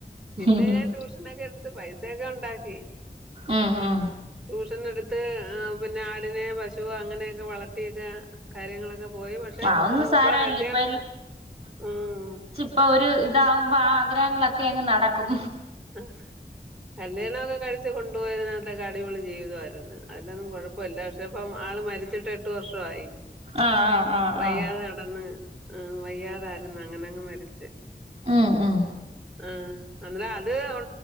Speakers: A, in the centre; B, on the right (about 35°).
A: പിന്നെ
B: ഉം
A: ഞാൻ ഡ്യുഷനോക്കെ എടുത്ത് പൈസയൊക്കെ ഉണ്ടാക്കി
B: ഉം ഉം
A: ട്യൂഷൻ എടുത്ത് പിന്നെ ആടിനെ പശുവ് അങ്ങനെയൊക്കെ വളത്തിയൊക്കെയാ കാര്യങ്ങളൊക്കെ പോയി പക്ഷെ
B: അതൊന്നും
A: നമ്മടെ
B: സാരല്ല
A: കല്യാണം
B: ഇപ്പ
A: ആഹ്
B: ഇപ്പൊ ഒരു ഇതാവുമ്പോ ആ ആഗ്രഹങ്ങളൊക്കെ അങ്ങ് നടക്കും
A: ആഹ് കല്ല്യാണം ഒക്കെ കഴിച്ച് കൊണ്ടുപോയതിനകത്തൊക്കെ അടിപൊളി ജീവിതവാരുന്ന് അതിലൊന്നും കുഴ ഇപ്പൊ ഇല്ല പക്ഷെ ഇപ്പ ആള് മരിച്ചിട്ട് എട്ട് വർഷമായി
B: ആഹ് ആഹ് ആഹ്
A: വയ്യാതെ
B: ആഹ്
A: കെടന്ന് ആ വയ്യാതാരുന്ന് അങ്ങനങ്ങ് മരിച്ച്
B: ആഹ് ആഹ്
A: ആഹ് അന്നേര അത് ഒ